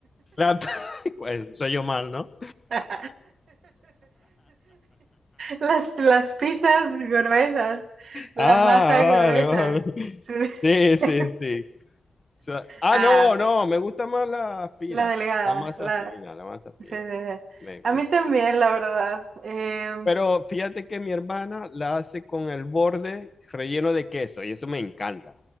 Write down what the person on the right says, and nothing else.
<laughs> Las, las pizzas gruesas, la
masa
gruesa.
Sí.
<laughs>
Ah,
ok.
La delgada,
la...
Sí, sí, sí.
A
mí también, la verdad. Em,